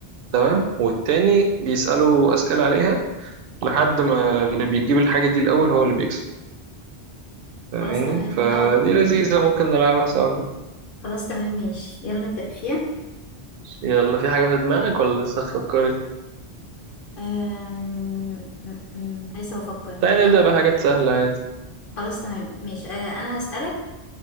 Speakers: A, on the right; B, on the left.
A: تمام والتاني بيسأله أسئلة عليها لحد ما اللي بيجيب الحاجة دي الأول هو اللي بيكسب يعني
B: خلاص تمام
A: فدي
B: اه
A: لذيذة ممكن نلعبها سوا كده
B: خلاص تمام ماشي يلا نبدا فيها
A: يلا في حاجة في دماغك ولا لسه هتفكري؟
B: أم... أم، أم، لسه بفكر
A: تعالى
B: طب
A: نبدأ بحاجات سهلة عادي
B: خلاص تمام ماشي آه انا هسالك